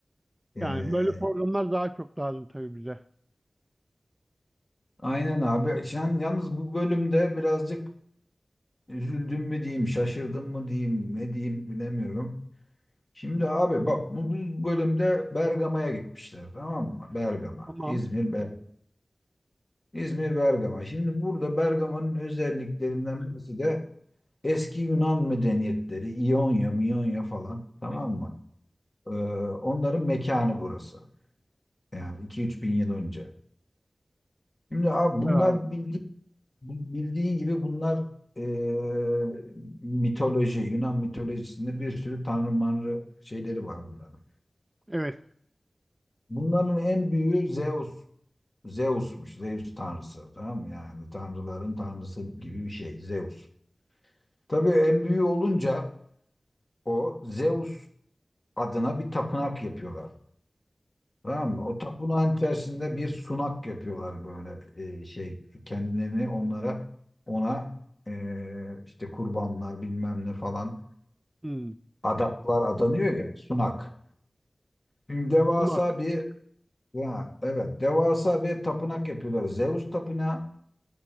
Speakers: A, on the left; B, on the right.
A: e,
B: Yani böyle programlar daha çok lazım tabii bize.
A: aynen abi sen yalnız bu bölümde birazcık üzüldüm mü diyeyim şaşırdım mı diyeyim ne diyeyim bilemiyorum. Şimdi abi bak bu, bu bölümde Bergama'ya gitmişler tamam mı? Bergama,
B: Tamam.
A: İzmir, Bergama. İzmir, Bergama. Şimdi burada Bergama'nın özelliklerinden birisi de eski Yunan medeniyetleri, İonya, Miyonya falan tamam mı? Ee, onların mekanı burası. Yani iki üç bin yıl önce. Şimdi abi
B: Güzel
A: bunlar
B: abi.
A: bildiğin, bildiğin gibi bunlar eee, mitoloji, Yunan mitolojisinde bir sürü tanrı manrı şeyleri var bunların.
B: Evet.
A: Bunların en büyüğü Zeus. Zeus'muş. Zeus tanrısı. Tamam mı? Yani tanrıların tanrısı gibi bir şey. Zeus. Tabii en büyüğü olunca o Zeus adına bir tapınak yapıyorlar. Tamam mı? O tapınağın içerisinde bir sunak yapıyorlar böyle e, şey kendilerini onlara ona e, işte kurbanlar bilmem ne falan
B: Hmm.
A: adaklar adanıyor ya sunak. Şimdi devasa
B: Irmak.
A: bir ya evet devasa bir tapınak yapıyorlar. Zeus tapınağı